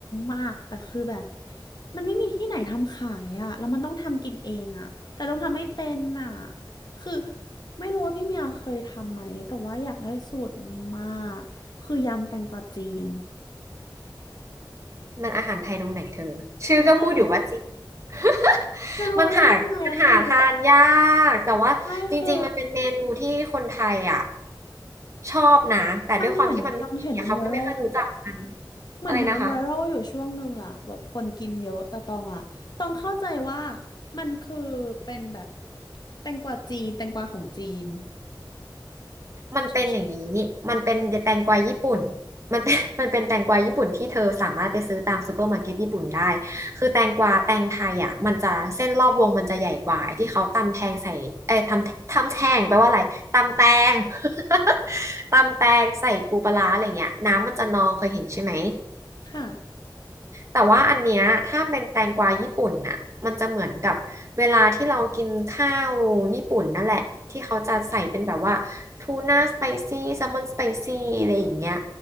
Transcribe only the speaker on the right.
มันอาหารไทยตรงไหนเธอชื่อก็พูดอยู่ว่าจีน
<laughs>
มันหามันหาทานยากแต่ว่าจริงๆมันเป็นเมนูที่คนไทยอ่ะ
ชอบนะแต่ด้วยความที่มันไม่มีอะเขาก็ไม่ค่อยรู้จักกัน
อะไรนะคะ
มันเป็นอย่างนี้นี่มันเป็นแตงกวาญี่ปุ่น
มันเป็น <laughs> มันเป็นแตงกวาญี่ปุ่นที่เธอสามารถไปซื้อตามซูเปอร์มาร์เก็ตญี่ปุ่นได้คือแตงกวาแตงไทยอ่ะมันจะเส้นรอบวงมันจะใหญ่กว่าไอ้ที่เขาตำแทงใส่เอ้ยทำทำแทงแปลว่าอะไรตำแตง <laughs> ตำแตงใส่ปูปลาร้าอะไรเงี้ยน้ำมันจะนองเคยเห็นใช่ไหม
แต่ว่าอันเนี้ยถ้าเป็นแตงกวาญี่ปุ่นน่ะมันจะเหมือนกับเวลาที่เรากินข้าวญี่ปุ่นนั่นแหละที่เขาจะใส่เป็นแบบว่าทูน่าสไปซี่แซลมอนสไปซี่อะไรอย่างเงี้ย